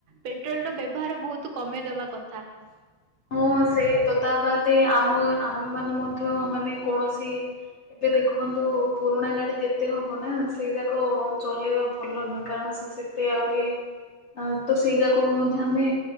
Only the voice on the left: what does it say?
<inaudible> ସେଇତ ତା ବାଦ ଆମ ଆମେ ମାନେ ମଧ୍ୟ ମାନେ କୌଣସି ଏବେ ଦେଖନ୍ତୁ ପୁରୁଣା ଗାଡ଼ି ଯେତେ ହବ ନା ସେଇ ଯାକ ଚଲେଇବା ଭଲ ନୁହେଁ କାରଣ ସିଏ ସେତେ ଆହୁରି ତ ସେଇ ଯାକକୁ ମଧ୍ୟ ଆମେ